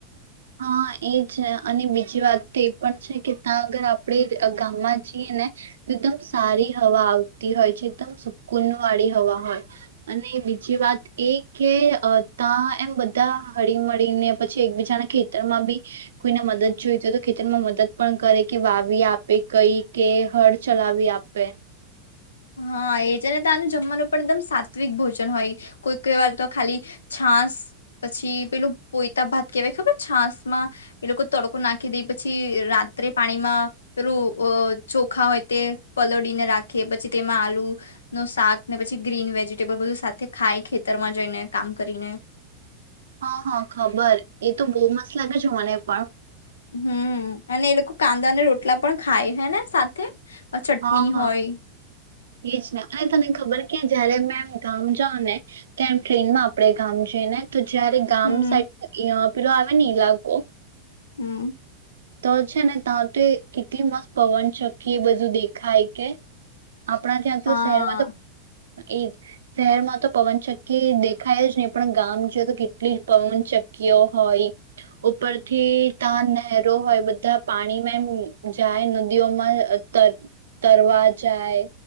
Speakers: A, on the right; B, on the left.
A: હા એ છે અને બીજી વાત તો એ પણ છે કે ત્યાં આગર આપણે અ ગામમાં જઈએ ને તો એકદમ સારી હવા આવતી હોય છે એકદમ સુકુન વાળી હવા હોય અને બીજી વાત એ કે અ તા એમ બધા હળી મળળીને પછી એકબીજાના ખેત ખેતરમાં બી કોઈને મદદ જોઈતી હોય તો ખેતરમાં મદદ પણ કરે કે વાવી આપે કઈ કે હળ ચલાવી આપે
B: હા એ જ ને તા આને જમવાનું પણ એકદમ સાત્વિક ભોજન હોય કોઈ કોઈવાર તો ખાલી છાસ પછી પેલું પોયતા ભાત કેહેવાય ખબર છાસમાં એ લોકો તડકો નાખી દે પછી રાત્રે પાણીમાં પેલું અ ચોખા હોય તે પલળીને રાખે પછ પછી તેમાં આલુ નુ શાક ને પછી ગ્રીન વેજીિટેબલ બધું સાથે ખાય ખેતરમાં જઈને કામ કરીને
A: હા હા ખબર એ તો બહુ મસ્ત લાગે છે મને પણ
B: હમ અને એ લોકો કાંદા અને રોટલા પણ ખાય હે ને સાથે ચટણી
A: હા હા
B: હોય
A: એજ ને અને તને ખબર કે જયારે મે એમ ગામ જાવ ને તેમ ટ્રેનમાં આપડે ગામ જઈને તો જયારે ગામ
B: હમ
A: સાઈડ એ અ પેલો આવે ને ઈલાકો
B: હમ
A: તો છે ને તા તો કેટલી મસ પવન ચક્કી એ બધું દેખાય કે આપણા ત્યાં
B: હા
A: તો શહેરમાં તો એજ શહેરમાં તો પવનચક્કી દેખાય જ નહી પણ ગામ જય તો કેટલી જ પવનચક્કીઓ હોય ઉપરથી તા નેરો હોય બધા પાણીમાં એમ જાય નદીઓમાં તર તરવા જાય